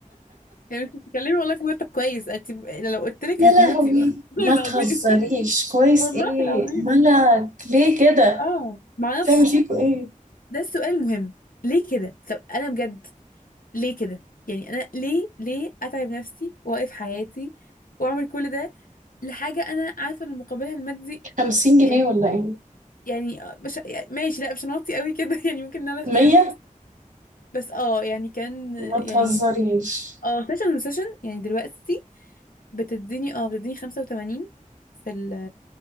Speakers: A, on the left; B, on the right.
A: يعني مش بتتكلمي والله في مرتب كويس انت لو
B: <laughs>
A: قلت لك
B: يا
A: هتموتي
B: لهوي
A: <laughs> والله
B: ما
A: العظيم
B: تهزريش كويس
A: والله
B: ايه
A: العظيم
B: مالك ليه كده
A: اه معرفش
B: تعمل فيكوا ايه
A: ده السؤال المهم ليه كده طب انا بجد ليه كده يعني انا ليه ليه اتعب نفسي واقف حياتي واعمل كل ده لحاجه انا عارفه ان مقابلها المادي
B: 50 جنيه
A: يعني
B: ولا ايه
A: يعني مش يعني ماشي لا مش هنوطي قوي كده <laughs> يعني ممكن ان انا شايف
B: 100
A: بس اه يعني كان يعني
B: ما تهزريش
A: اه سيشن وسيشن يعني دلوقتي بتديني اه بتديني 85 في ال